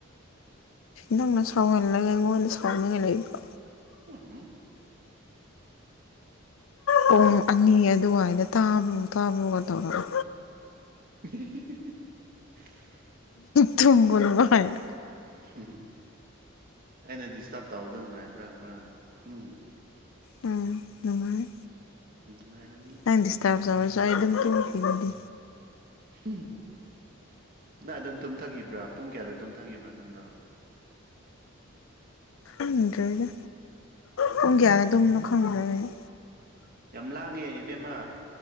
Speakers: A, on the left; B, on the right.
A: ꯅꯪꯅ ꯁꯧꯍꯦꯜꯂꯒ ꯑꯩꯉꯣꯟꯗ ꯁꯥꯎꯅꯤꯉꯥꯏ ꯂꯩꯕ꯭ꯔꯣ
B: <unintelligible>
A: ꯄꯨꯡ ꯑꯅꯤ ꯑꯗꯨꯋꯥꯏꯗ ꯇꯥꯕ꯭ꯔꯣ ꯇꯥꯕ꯭ꯔꯣꯒ ꯇꯧꯔꯒ
B: ꯏꯍꯤ ꯍꯤ ꯍꯤ
A: ꯇꯨꯝꯃꯨ ꯅꯨꯡꯉꯥꯏꯅ
B: ꯍꯨꯝ ꯍꯨꯝ ꯑꯩꯅ ꯗꯤꯁꯇꯔꯕ ꯇꯧꯕꯗꯣ ꯅꯨꯡꯉꯥꯏꯕ꯭ꯔ ꯉꯔꯥꯡ ꯍꯨꯝ
A: ꯎꯝ ꯅꯨꯡꯉꯥꯏ
B: ꯅꯨꯡꯉꯥꯏꯔꯣ
A: ꯅꯪ ꯗꯤꯁꯇꯥꯔꯞ ꯇꯧꯔꯁꯨ ꯑꯩ ꯑꯗꯨꯝ ꯇꯨꯝꯈꯤꯅꯤꯗꯤ
B: ꯎꯝ ꯅꯪ ꯑꯗꯨꯝ ꯇꯨꯝꯊꯈꯤꯕ꯭ꯔꯥ ꯄꯨꯡ ꯀꯌꯥꯗ ꯇꯨꯝꯊꯈꯤꯕ꯭ꯔꯥ ꯅꯪꯗꯣ
A: ꯈꯪꯗ꯭ꯔꯦꯗ ꯄꯨꯡ ꯀꯌꯥꯅ ꯇꯨꯝꯕꯅꯣ ꯈꯪꯗ꯭ꯔꯦꯗ
B: ꯌꯥꯝ ꯂꯥꯡꯉꯦ ꯏꯕꯦꯝꯃ